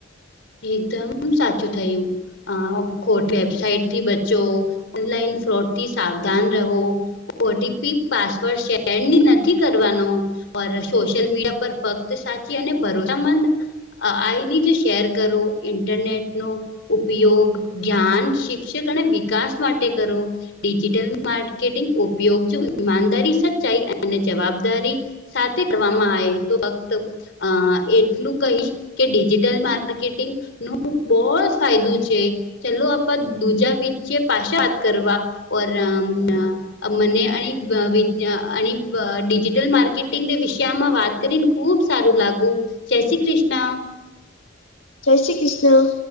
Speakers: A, on the left; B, on the left.
A: એકદમ સાચું થયું અ ખોટ વેબસાઇટ થી બચો ઓનલાઈન ફ્રોડ થી સાવધાન રહો ઓટીપી પાસવર્ડ શેર ની નથી કરવાનો સોશિયલ મીડિયા પર ફક્ત સાચી અને ભરોસ મંદ આઈની જ શેર કરો ઇન્ટરનેટનું ઉપયોગ જ્ઞાન શિક્ષક અને વિકાસ માટે કરો ડિજિટલ માર્કેટિંગ ઉપયોગ જો ઈમાનદારી સચ્ચાઈ અને જવાબદારી સાથે કરવામાં આયે તો ફક્ત એટલું કહીશ કે ડિજિટલ મા ર્કેટિંગ નું બહ જ ફાયદો છે. ચાલો આપત દુજા વિચય પાશાત કરવા ઓરામ નામ અ મને અનીત અ અ અણિત માર્કેટિંગ વિષયમાં વાત કરીને ખુબ સારું લાગુ જય શ્રી કૃષ્ણ
B: જય શ્રી કૃષ્ણ.